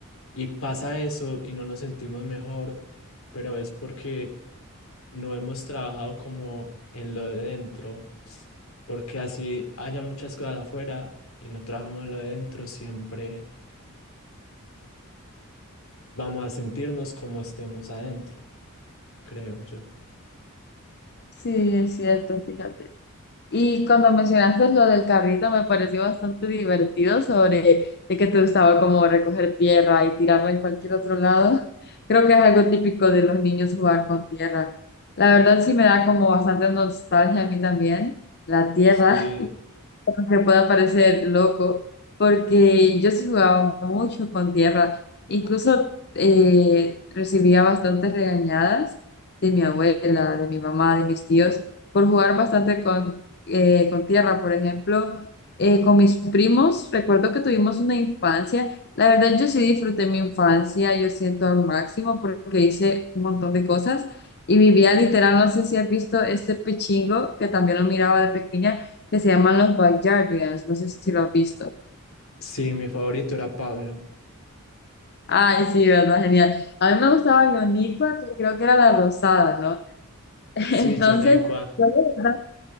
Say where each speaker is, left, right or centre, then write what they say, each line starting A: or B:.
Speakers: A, on the left; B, on the left.
A: Y pasa eso y no nos sentimos mejor, pero es porque no hemos trabajado como en lo de dentro, s- porque así haya muchas cosas afuera y no trabajamos en lo de dentro, siempre vamos a sentirnos como estemos adentro, creo yo.
B: Sí, es cierto, fíjate. Y cuando mencionaste lo del carrito, me pareció bastante divertido sobre de que te gustaba como recoger tierra y tirarla en cualquier otro lado. <laughs> Creo que es algo típico de los niños jugar con tierra. La verdad sí me da como bastante nostalgia a mí también, la tierra
A: Sí,
B: que pueda parecer loco, porque yo sí jugaba mucho con tierra, incluso eh, recibía bastantes regañadas de mi abuela, de mi mamá, de mis tíos, por jugar bastante con, eh, con tierra, por ejemplo. eh, con mis primos, recuerdo que tuvimos una infancia. La verdad, yo sí disfruté mi infancia, yo siento al máximo porque hice un montón de cosas y vivía literal, no sé si has visto este pichingo que también lo miraba de pequeña, que se llaman los Backyardigans, no sé si lo has visto.
A: sí, mi favorito era Pablo.
B: Ay, sí, verdad, genial. A mí me gustaba Ionica, que creo que era la rosada, ¿no? <laughs>
A: Sí,
B: Entonces,
A: Jonecua.
B: yo de verdad,